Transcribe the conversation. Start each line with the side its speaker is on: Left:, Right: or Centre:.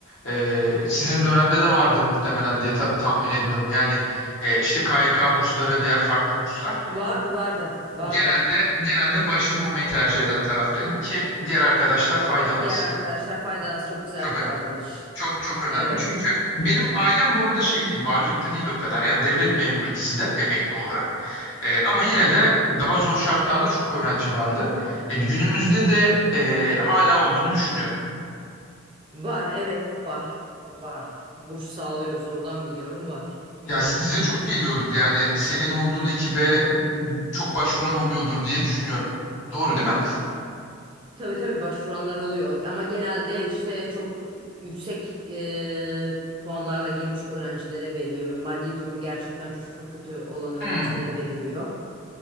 Left: E, sizin dönemde de vardır muhtemelen diye ta- tahmin ediyorum. Yani e, işte KYK bursları, diğer farklı burslar.
Right: Vardı vardı vardı.
Left: Genelde genelde başvurmamayı tercih eden taraftaydım ki diğer arkadaşlar faydalansın.
Right: Diğer arkadaşlar faydalanız çok güzel
Left: Çok
Right: bir
Left: önemli.
Right: davranış.
Left: Çok çok önemli.
Right: Evet.
Left: Çünkü benim ailem bu arada şey değil, varlıklı değil o kadar. Yani devlet memuru ikisi de emekli olarak. Ee, ama yine
Right: Hı hı.
Left: de daha zor şartlarda çok öğrenci vardı. E, günümüzde de e, hala olduğunu düşünüyorum.
Right: Var evet var. Var. Burs sağlıyoruz oradan biliyorum var.
Left: Ya size çok geliyordur. Yani senin olduğun ekibe çok başvuran oluyordur diye düşünüyorum. Doğru değil mi?
Right: Tabii tabii başvuranlar oluyor ama genelde işte çok yüksek e, puanlarla girmiş öğrencilere veriliyor. Maddi durumu gerçekten çok kötü olan öğrencilere
Left: Hmm.
Right: veriliyor.